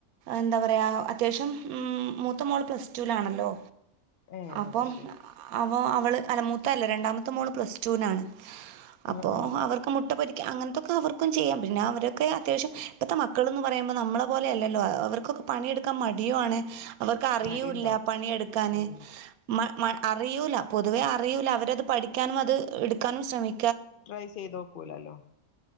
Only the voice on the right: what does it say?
എന്താ പറയാ അത്യാവശ്യം ഉം മൂത്ത മോൾ പ്ലസ് ടുവിലാണല്ലോ.
അപ്പം
അ ഇപ്പോ അവള് തലമൂത്ത അല്ല രണ്ടാമത്തെ മോള് പ്ലസ് ടൂവിനാണ്.
അപ്പോ
അവർക്ക് മുട്ട പൊരി അങ്ങനത്തൊക്കെ അവർക്കും ചെയ്യാം, പിന്നെ അവരൊക്കെ അത്യാവശ്യം ഇപ്പഴ്ത്തെ മക്കൾ എന്ന് പറയുമ്പോ നമ്മളെ പോലെയല്ലല്ലോ അവർക്കൊക്കെ പണിയെടു ക്കാൻ മടിയുവാണ്, അവർക്ക് അറിയൂല്ല
പണിയെടുക്കാന്
മ മ അറിയൂല പൊ പൊതുവേ അറിയൂല്ല, അവരെ അത് പഠിക്കാനും അത് എടുക്കാനും ശ്രമി